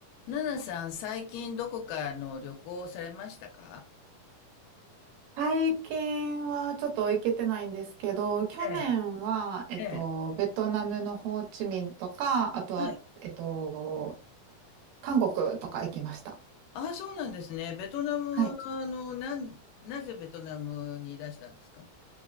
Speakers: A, on the left; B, on the right.
A: ナナさん、最近どこかの旅行をされましたか
B: 最近はちょっと行けてないんですけど、去年は、
A: ええ、
B: えっと、
A: ええ、
B: ベトナムのホーチミンとか、あとは、
A: はい。
B: えっと、韓国とか行きました。
A: ああ、そうなんですね。ベトナムは、
B: はい。
A: あの、なん、なぜベトナムにいらしたんですか